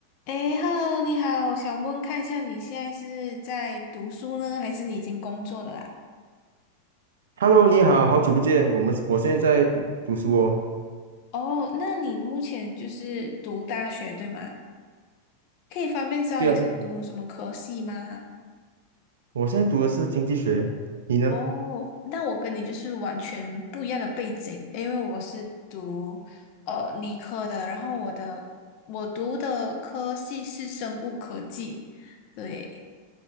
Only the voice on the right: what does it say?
Hello，你好，好久不见。我们我现在在读读书哦。
对啊，对啊，我现在读的是经济学，你呢？